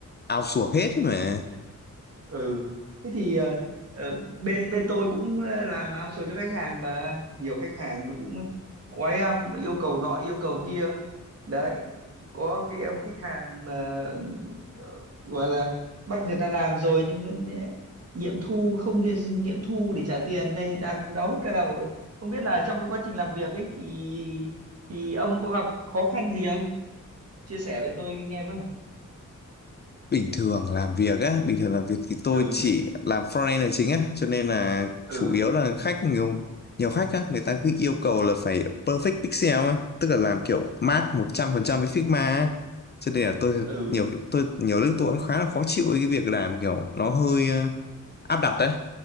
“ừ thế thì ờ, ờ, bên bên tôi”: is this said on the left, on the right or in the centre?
Right